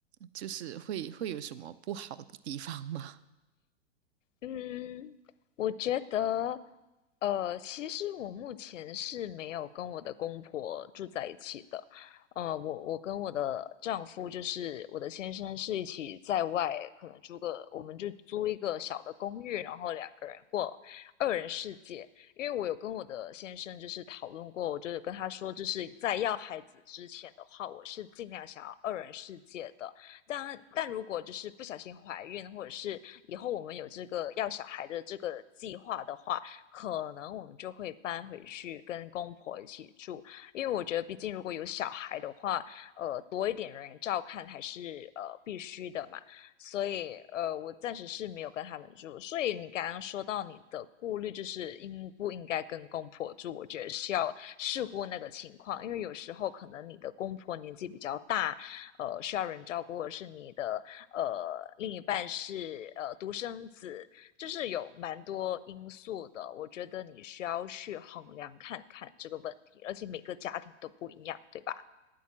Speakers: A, on the right; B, on the left.
A: 就是会会有什么不好的地方吗？
B: 嗯，我觉得，呃，其实我目前是没有跟我的公婆住在一起的，呃，我我跟我的丈夫，就是我的先生，是一起在外，可能租个，我们就租一个小的公寓，然后两个人过二人世界。因为我有跟我的先生就是讨论过，我就是跟他说，就是在要孩子之前的话，我是尽量想要二人世界的。但但如果就是不小心怀孕，或者是以后我们有这个要小孩的这个计划的话，可能我们就会搬回去跟公婆一起住，因为我觉得毕竟如果有小孩的话，呃，多一点人照看还是呃必须的嘛。所以呃，我暂时是没有跟他们住。所以你刚刚说到你的顾虑，就是应不应该跟公婆住？我觉得是要视乎那个情况，因为有时候可能你的公婆年纪比较大，呃需要人照顾，或者是你的呃另一半是呃独生子，就是有蛮多因素的。我觉得你需要去衡量看看这个问题，而且每个家庭都不一样，对吧？